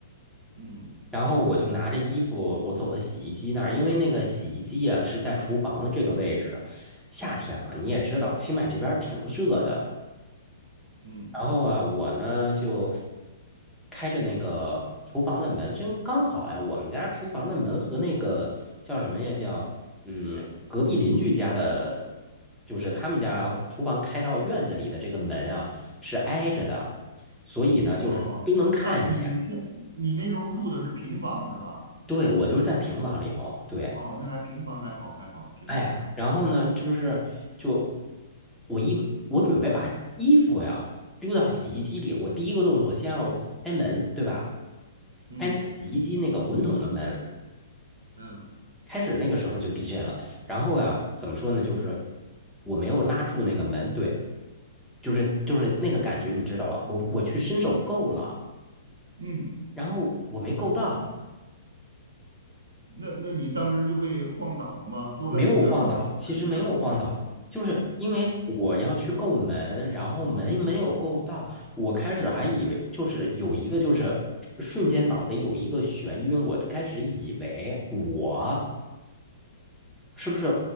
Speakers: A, on the right; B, in the centre.
A: 嗯
B: 然后我就拿着衣服，我走到洗衣机那儿，因为那个洗衣机啊是在厨房这个位置，夏天嘛，你也知道，清迈这边儿挺热的。
A: 嗯，
B: 然后啊，我呢就开着那个厨房的门，真刚好呀。我们家厨房的门和那个叫什么呀？叫嗯，隔壁邻居家的，就是他们家厨房开到院子里的这个门啊，是挨着的，所以呢，就是都能看见。
A: 哦，啊，你现你那时候住的是平房是吧？
B: 对，我就是在平房里头，对，
A: 哦，那还平房还好还好，平房还好。
B: 哎，然后呢，这不是就我一我准备把衣服呀丢到洗衣机里，我第一个动作先要开门，对吧？
A: 嗯
B: 开那个洗衣机那个滚筒的门，
A: 嗯。
B: 开始那个时候就地震了。然后呀、怎么说呢？就是我没有拉住那个门，对，就是就是那个感觉，你知道吧？我我去伸手够了，
A: 嗯，
B: 然后我没够到，
A: 那那你当时就被晃倒了吗？坐在地上了，
B: 没有晃倒，
A: 或者躺在地上了没有？
B: 其实没有晃倒，就是因为我要去够门，
A: 嗯，
B: 然后门没有够到，我开始还以为就是有一个就是瞬间脑袋有一个眩晕，我开始以为我。是不是